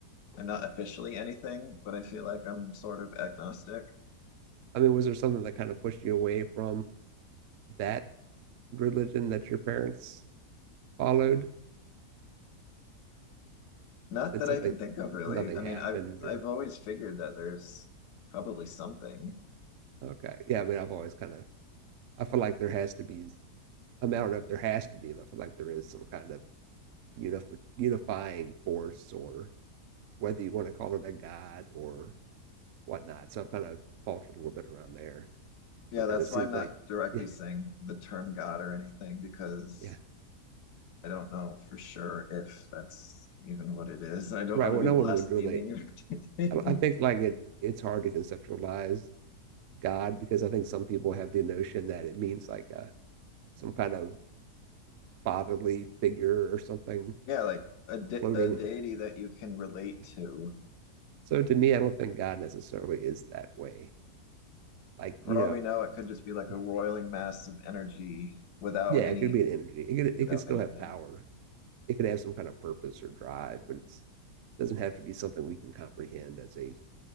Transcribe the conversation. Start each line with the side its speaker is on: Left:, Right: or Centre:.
Left: I'm not officially anything, but I feel like I'm sort of agnostic.
Right: I mean, was there something that kind of pushed you away from that religion that your parents followed?
Left: Not
Right: Did
Left: that
Right: something,
Left: I can think of really.
Right: nothing
Left: I
Right: happened,
Left: mean, I've I've
Right: or
Left: always figured that there's probably something.
Right: okay, yeah. I mean, I've always kind of, I feel like there has to be. I mean, I don't know if there has to be, but I feel like there is some kind of unif- unifying force, or whether you want to call it a god or whatnot. So I've kind of faltered a little bit around there.
Left: Yeah,
Right: But
Left: that's
Right: then it seems
Left: why I'm not
Right: like,
Left: directly
Right: <laughs> yeah,
Left: saying the term God or anything because
Right: yeah,
Left: I don't know for sure if that's even what it is. I don't
Right: right.
Left: want
Right: Well,
Left: to be
Right: no
Left: blaspheming.
Right: one would relate.
Left: or anything.
Right: I, I think
Left: <laughs>
Right: like it, it's hard to conceptualize God because I think some people have the notion that it means like a, some kind of fatherly figure or something
Left: Yeah, like a de
Right: floating.
Left: a deity that you can relate
Right: Yeah.
Left: to.
Right: So to me, I don't think God necessarily is that way. Like,
Left: For
Right: you know,
Left: all we know, it could just be like
Right: <laughs>
Left: a roiling mass of energy without
Right: yeah, it
Left: any
Right: could be an energy. It could,
Left: without
Right: it could still
Left: anything.
Right: have power. It could have some kind of purpose or drive, but it's doesn't have to be something we can comprehend as a